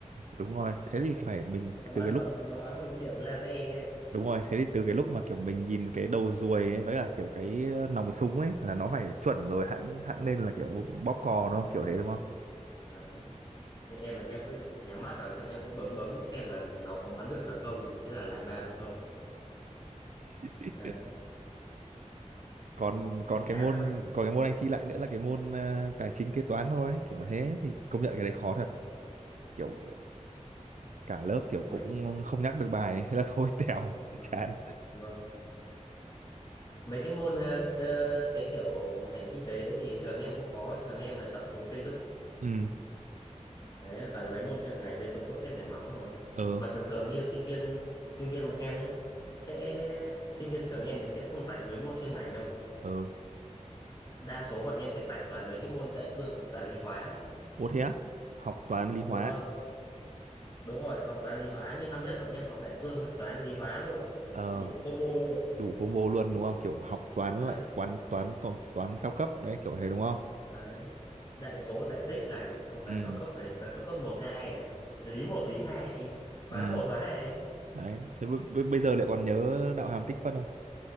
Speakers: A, on the right; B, on the left.
A: đúng rồi thế thì phải mình
B: nó bắn
A: từ cái lúc
B: bằng nó bắn bằng cái điểm laser ấy
A: Đúng rồi, thế thì từ cái lúc mà kiểu mình nhìn cái đầu ruồi ấy, với cả kiểu cái nòng súng ấy là nó phải chuẩn rồi hãng hãng nên là kiểu bóp cò đúng không? Kiểu thế đúng không?
B: anh đấy như em là em cứ nhắm mắt vào xem em cứ bấm bấm xem là nó có bắn được thật không thế là là ba không
A: <laughs>
B: đấy
A: Còn còn
B: chán
A: cái môn
B: thôi ạ.
A: còn cái môn anh thi lại nữa là cái môn à, tài chính kế toán thôi ấy, kiểu thế thì công nhận cái đấy khó thật,
B: đấy.
A: kiểu cả lớp kiểu
B: mấy
A: cũng không nhắc được bài ấy. Thế là thôi tèo <laughs>
B: vâng
A: chán.
B: vâng mấy cái môn ờ, cơ- cái kiểu ngành kinh tế đấy thì trường em không có trường em là đặc thù xây dựng
A: Ừ,
B: đấy là toàn mấy môn chuyên ngành bê tông cốt thép nền móng thôi
A: ừ,
B: mà thường thường như sinh viên sinh viên bọn em nhé sẽ sinh viên trường em thì sẽ không tạch mấy môn chuyên ngành đâu
A: ừ.
B: đa số bọn em sẽ tạch toàn mấy cái môn đại cương kiểu toán lý hóa ấy.
A: Ủa thế á? Học toán lý
B: vâng
A: hóa.
B: đúng rồi học toán lý hóa như năm nhất bọn em học đại cương là toán lý hóa luôn
A: Ờ,
B: đủ combo luôn
A: đủ combo luôn đúng không? Kiểu học toán
B: đấy
A: là quán toán toán, toán cao cấp đấy kiểu thế đúng không?
B: đấy đại số giải tích này xong toán
A: ừ
B: cao cấp này toán cao cấp một hai này lý một lý hai <laughs> hóa
A: ừ
B: một hóa hai
A: đấy thế b- b- bây giờ lại còn nhớ đạo hàm tích phân không